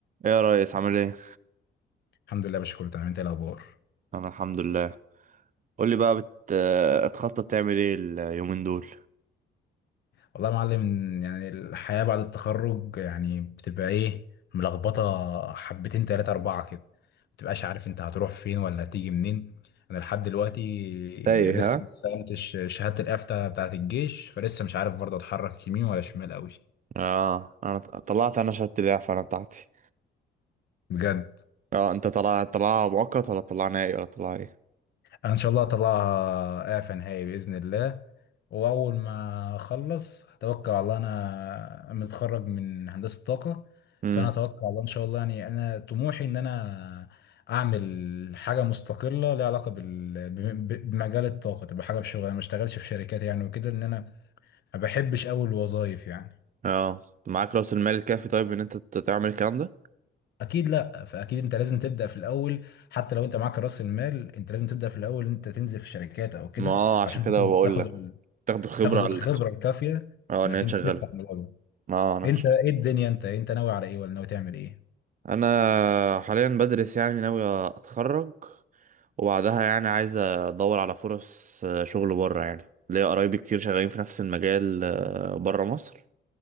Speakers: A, on the right (about 40°); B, on the left (about 60°).
A: ايه يا ريس عامل ايه
B: الحمد لله يا باشا كله تمام انت ايه الاخبار
A: انا الحمد لله قول لي بقى بت... بتخطط تعمل ايه اليومين دول
B: والله يا معلم يعني الحياه بعد التخرج يعني بتبقى ايه ملخبطه حبتين تلاتة اربعه كده ما بتبقاش عارف انت هتروح فين ولا هتيجي منين انا لحد دلوقتي
A: تايه
B: لسه
A: ها
B: ما استلمتش شهاده الافتة بتاعه الجيش فلسه مش عارف برضه اتحرك يمين ولا شمال قوي
A: اه انا ط- طلعت انا شهادة الاعفاء انا بتاعتي
B: بجد
A: اه انت طلع طلع مؤقت ولا طلع نهائي ولا طلع ايه
B: ان شاء الله اطلعها اعفى نهائي باذن الله واول ما اخلص اتوقع الله انا متخرج من هندسه طاقه
A: امم
B: فانا اتوقع الله ان شاء الله يعني انا طموحي ان انا اعمل حاجه مستقله ليها علاقه بال... ب- بمجال الطاقه تبقى حاجه بشغل انا ما اشتغلش في شركات يعني وكده ان انا ما بحبش اول الوظايف يعني
A: اه معاك راس المال الكافي طيب ان انت ت- تعمل الكلام ده
B: اكيد لا فاكيد انت لازم تبدا في الاول حتى لو انت معاك راس المال انت لازم تبدا في الاول انت تنزل في شركات او كده
A: ما اه عشان
B: عشان
A: كده
B: تاخد
A: بقول
B: تاخد
A: لك
B: ال...
A: تاخد الخبرة
B: تاخد الخبره
A: على
B: الكافيه
A: اه ان
B: انك
A: هي
B: انت
A: تشغلك
B: تفتح ملعبه
A: ما آه، انا
B: انت ايه الدنيا انت انت ناوي على ايه ولا ناوي تعمل ايه
A: انا حاليا بدرس يعني ناوي اتخرج وبعدها يعني عايز ادور على فرص آه، شغل بره يعني ليا قرايبي كتير شغالين في نفس المجال آه، بره مصر